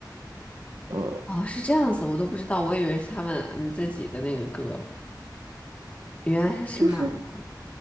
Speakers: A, on the right; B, on the left.
A: 呃
B: 哦，是这样子，我都不知道，我以为是他们嗯自己的那个歌，原来是买的，
A: 就是